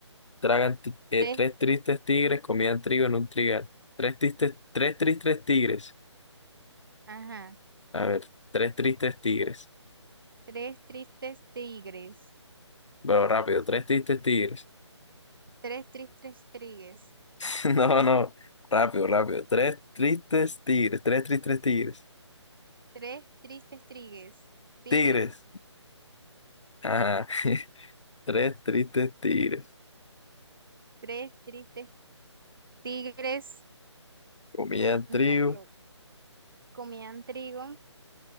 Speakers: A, on the left; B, on the right.
A: tragan, ti- eh,
B: Tres,
A: tres tristes tigres comían trigo en un trigal. Tres tristes, tres tristes tigres.
B: ajá,
A: A ver, tres tristes tigres.
B: tres tristes tigres,
A: Pero rápido, tres tristes tigres.
B: tres tristes tigres.
A: <laughs> No, no. Rápido, rápido. Tres tristes tigres. Tres tristes tigres.
B: Tres tristes tigres, tigres,
A: Tigres. Ajá. <laughs> Tres tristes tigres.
B: tres tristes tigres,
A: Comían trigo
B: no, lo- comían trigo,